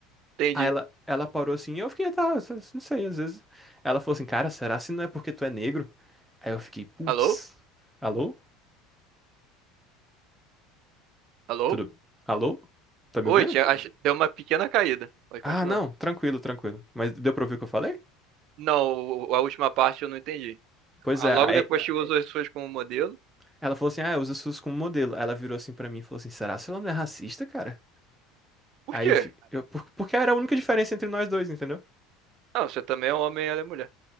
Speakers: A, on the right; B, in the centre.
A: entendi.
B: Aí ela, ela parou assim, e eu fiquei, tá, não sei, às vezes... Ela falou assim, cara, será se não é porque tu é negro? Aí eu fiquei, putz,
A: Alô?
B: alô?
A: Alô?
B: Tudo? Alô? Tá me
A: Oi,
B: ouvindo?
A: tinha, ach- deu uma pequena caída. Pode
B: Ah,
A: continuar.
B: não, tranquilo, tranquilo. Mas deu pra ouvir o que eu falei?
A: Não, o- a última parte eu não entendi.
B: Pois
A: Ah,
B: é,
A: Logo
B: aí
A: depois que usa as suas como modelo.
B: ela falou assim, ah, usa SUS como modelo. Ela virou assim pra mim e falou assim, será que ela não é racista, cara?
A: Por
B: Aí
A: quê?
B: eu fiquei, eu, por- porque era a única diferença entre nós dois, entendeu?
A: Ah, você também é um homem e ela é mulher.